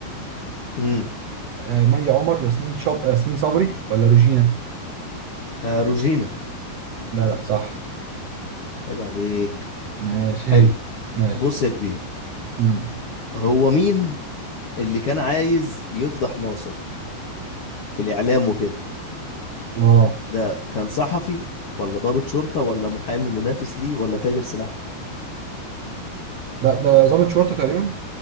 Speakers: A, on the left; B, on the right.
A: امم
B: آه، مي عمر ياسمين شب... ياسمين صبري ولا روجينا
A: آه روجينا
B: جدع صح
A: عيب عليك
B: ماشي
A: حلو
B: <laughs> ماشي
A: بص يا كبير
B: امم
A: هو مين اللي كان عايز يفضح ناصر في الإعلام وكده
B: اه
A: ده كان صحفي ولا ضابط شرطة ولا محامي منافس ليه ولا تاجر سلاح
B: لا ده ضابط شرطه تقريبا